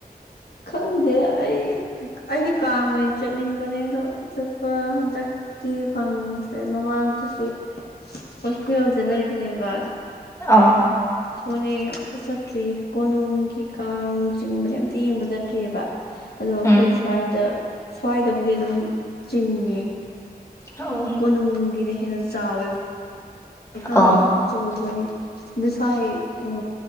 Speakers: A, on the left (about 80°); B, on the left (about 20°).
A: ꯈꯪꯗꯦꯗ ꯑꯩ ꯑꯩꯗꯤ ꯀꯥꯡ ꯑꯣꯏꯅ ꯆꯠꯅꯤꯡꯕꯅꯦ ꯑꯗꯣ ꯆꯠꯄ ꯍꯟꯇꯛ ꯇꯤ ꯐꯪꯗ꯭ꯔꯦ ꯃꯃꯥꯡꯗꯁꯨ ꯍꯣꯁꯇꯦꯜꯗ ꯂꯩꯕꯅꯦꯕ ꯑꯗꯨ
B: ꯑꯥ
A: ꯄꯣꯔꯦ ꯑꯝꯇ ꯆꯠꯇ꯭ꯔꯤꯌꯦ ꯀꯣꯅꯨꯡꯒꯤ ꯀꯥꯡ ꯆꯤꯡꯕꯗꯤ ꯑꯝꯇ ꯌꯦꯡꯕ ꯆꯠꯇ꯭ꯔꯤꯕ ꯑꯗꯣ ꯑꯩꯈꯣꯏ
B: ꯎꯝ
A: ꯁ꯭ꯋꯥꯏꯗ ꯁ꯭ꯋꯥꯏꯗꯕꯨꯗꯤ ꯑꯗꯨꯝ ꯆꯤꯡꯉꯦ
B: ꯑꯣ
A: ꯀꯣꯅꯨꯡꯒꯤꯅ ꯍꯦꯟꯅ ꯆꯥꯎꯋꯦꯕ ꯀꯥꯡ
B: ꯑꯣ
A: ꯑꯆꯧꯕꯅꯦ ꯑꯗꯨ ꯁ꯭ꯋꯥꯏ ꯎꯝ